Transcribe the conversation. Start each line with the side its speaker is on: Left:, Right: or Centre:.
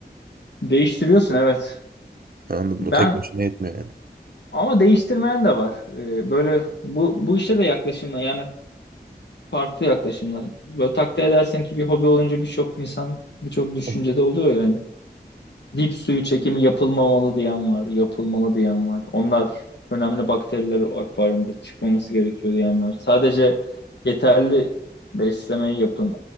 Left: değiştiriyorsun evet.
Right: Ha, Anladım.
Left: Ben
Right: O tek başına yetmiyor yani.
Left: Ama değiştirmeyen de var. Ee, böyle bu bu işe de yaklaşımlar yani farklı yaklaşımlar. Böyle takdir edersen ki bir hobi olunca birçok insan birçok düşüncede
Right: Tamam,
Left: oluyor yani. Dip suyu çekimi yapılmamalı diyen var, yapılmalı diyen var. Onlar önemli bakteriler o akvaryumda çıkmaması gerekiyor diyen var. Sadece yeterli beslemeyi yapın.